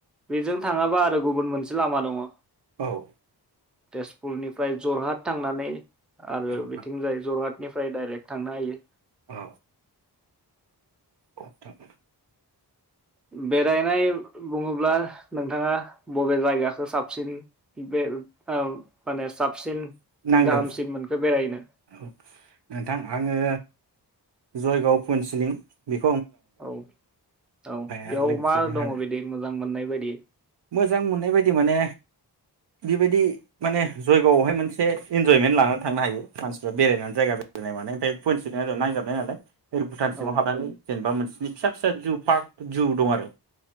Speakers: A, in the centre; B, on the right.
A: बेजों थाङाबा आरो गुबुन मोनसे लामा दङ।
B: औ
A: तेजपुरनिफ्राय जरहाट थांनानै आरो
B: औ नोंथां
A: बिथिंजाय जरहाट निफ्राय डाइरेक्ट थांनो हायो।
B: औ औ नोंथां
A: बेरायनाय बुङोब्ला नोंथाङा बबे जायगाखौ साबसिन बे ओ माने साबसिन
B: नांदों
A: गाहामसिन मोनखो बेरायनो?
B: औ नोंथां आङो जयगावफुनसिलिं बे
A: औ औ
B: आरो
A: बेयाव
B: लोगोसे
A: मा
B: जोंहा
A: दङ बिदि मोजां मोननाय बायदि?
B: मोजां मोननाय बायदि माने बेबायदि माने जयगआवहाय मोनसे इन्जयमेन्ट लानानै थांनो हायो मानसिफ्रा बेरायनानै जायगा बेरायनाय मानाय ओमफ्राय <unintelligible> नांजाबनाय नालाय। ओरै भुटान सिङाव
A: औ
B: हाबनानै जेनेबा मोनसेनि फिसा फिसा जु पार्क जु दं आरो।